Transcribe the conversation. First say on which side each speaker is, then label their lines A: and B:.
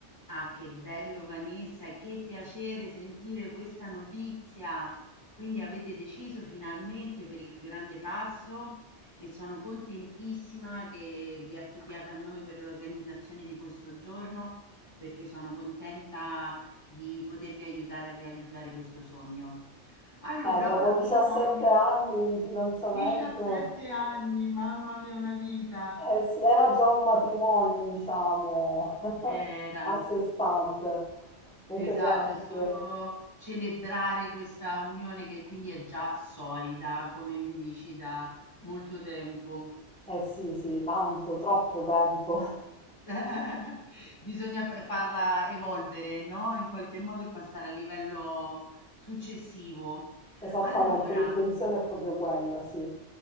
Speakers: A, on the left; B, in the centre.
A: Ah, che bello Vanessa, che piacere sentire questa notizia. Quindi avete deciso finalmente per il grande passo e sono contentissima che vi affidiate a noi per l'organizzazione di questo giorno, perché sono contenta di potervi aiutare a realizzare questo sogno. Allora,
B: Eh, dopo
A: ora
B: 17
A: ho bisogno...
B: anni di fidanzamento,
A: 17 anni, mamma mia, una vita.
B: eh sì, era già un matrimonio, diciamo, <laughs>
A: Era.
B: a sé stante. Comunque,
A: Esatto,
B: grazie.
A: è solo celebrare questa unione che quindi è già solida, come mi dici, da molto tempo.
B: Eh sì, sì, tanto, troppo tempo. <laughs>
A: <laughs> Bisogna fa- farla evolvere, no? In qualche modo e passare al livello successivo.
B: Esattamente,
A: Allora,
B: l'intenzione è proprio quella, sì.